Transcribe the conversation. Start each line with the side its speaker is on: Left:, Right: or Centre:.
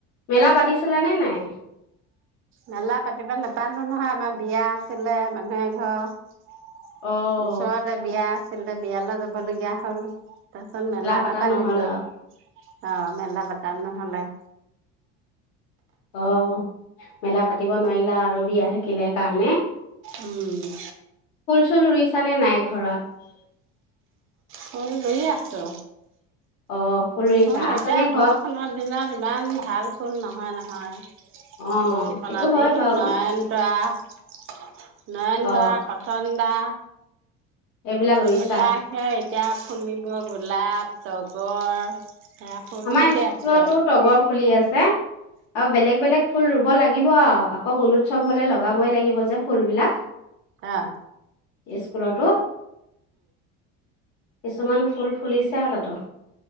Left: মেলা পাতিছিলা নে নাই
Right: মেলা পাতিব নাপালো নহয় আমাৰ বিয়া আছিলে মানুহে ঘৰ
Left: অ'
Right: ওচৰতে বিয়া আ বিয়ালৈ যাবলগীয়া হ'ল তাৰপছত মেলা
Left: পাতা
Right: নাপাতিলো
Left: নহ'ল আৰু
Right: অ মেলা পতা নহলে
Left: অ মেলা পাতিব নোৱাৰিলা আৰু বিয়া থাক কিলে কাৰণে
Right: উম
Left: চল ৰুইছানে নাই ঘৰত
Right: ফল ধইে আছো
Left: অ ফুল ৰুইছা
Right: হল
Left: আছানে
Right: এতিয়া
Left: ঘৰত
Right: বৰষুণৰ দিনত ইমান ভাল ফল নহয় নহয়
Left: অ
Right: বৰ কলাজি,
Left: সেইটো হয় বাৰু
Right: নয়নতৰা <unintelligible> নয়নত
Left: অ
Right: কটন বা
Left: এইবিলাক ৰুইছা
Right: এইবিলাকে এতিয়া ফুলিব গোলাপ তগৰ সেয়া ফুল
Left: আমাৰ
Right: ফুলি
Left: স্কুলতো
Right: আছে।
Left: তগৰ ফুলি আছে আৰু বেলেগ বেলেগ ফুল ৰুব লাগে দিব আৰু গুণোৎসৱ হলে লগাব লাগিব যে ফুলবলাক
Right: আহ
Left: স্কুলতো কিছুমান ফুল ফুলিছে আৰু তাতো